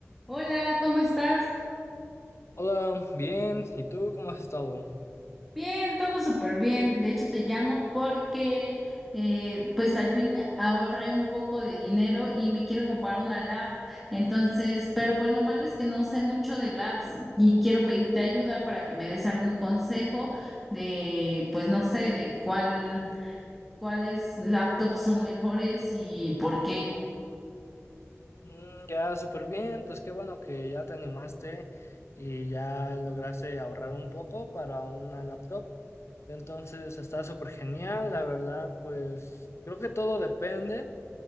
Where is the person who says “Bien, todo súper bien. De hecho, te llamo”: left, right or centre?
Centre